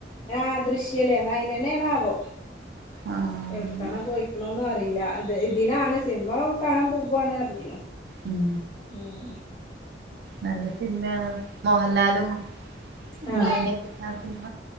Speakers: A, on the left; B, on the right.
A: ആഹ് ദൃശ്യല്ലേ എന്നാ അയിനനെ ആണോ ആവോ
B: ആഹ്
A: എവിടക്കാണോ പോയിക്കണോന്നും അറിയില്ല അത് ഇതിനാണ് സിനിമ കാണാൻ പോവാണ് പറഞ്ഞീനു
B: ഉം
A: ഉം
B: നല്ല സിനിമയാണ് മോഹൻലാലും
A: ആ
B: മീനയൊക്കെ ആഹ് സിനിമ